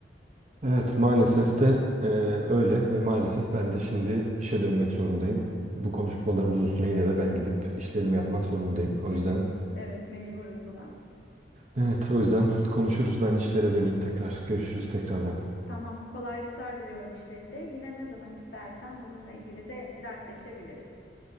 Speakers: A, on the right; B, on the left.
A: Evet maalesef de eee, öyle ve maalesef ben de şimdi işe dönmek zorundayım. Bu konuşmalarımızın üstüne yine de ben gidip işlerimi yapmak zorundayım. O
B: Hepimiz
A: yüzden
B: evet mecburuz buna.
A: Evet, o yüzden konuşuruz. Ben işlere döneyim tekrar. Görüşürüz tekrardan.
B: Tamam, kolaylıklar diliyorum işlerinde. Yine ne zaman istersen bununla ilgili de dertleşebiliriz.